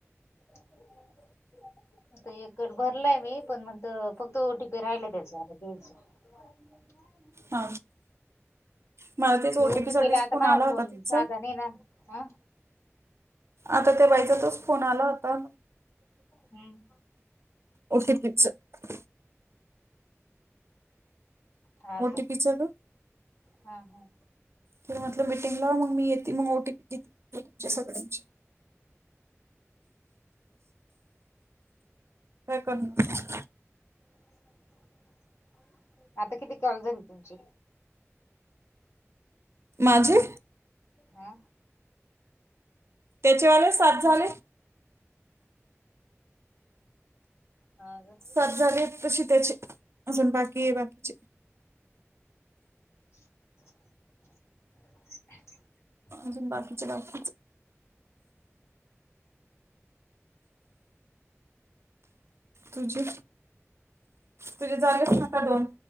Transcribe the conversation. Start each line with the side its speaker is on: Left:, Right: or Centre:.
Left: <unintelligible> आता एककड भरलाय मी पण म्हणत फक्त ओटी पी राहिल त्याचच <unintelligible>
Right: ह मला तेच
Left: ते
Right: ओटीपी
Left: ओटीपीला
Right: साठीच
Left: आता
Right: फोन
Left: माझा
Right: आला होता तिचा
Left: साधा नाही ना हा
Right: आता त्या बाईचा तोच फोन आला होता
Left: हम्म
Right: ओ टी पी च
Left: हा
Right: ओ
Left: का
Right: टी पी च गं
Left: हा हा
Right: तीन म्हटलं मिटिंग ला मग मी येते ओ टी पी तुमच्या सगळ्यांची काय करणार
Left: <unintelligible> आता किती कॉल झाली तुमची
Right: माझे
Left: हा
Right: त्याच्यावाले सात झाले
Left: हा ग
Right: सातजणी तशी त्याचे. अजून बाकी बाकीचे.
Left: <inaudible>
Right: अजुन बाकीचे बाकीच. तुझे तुझे जागच नका दोन.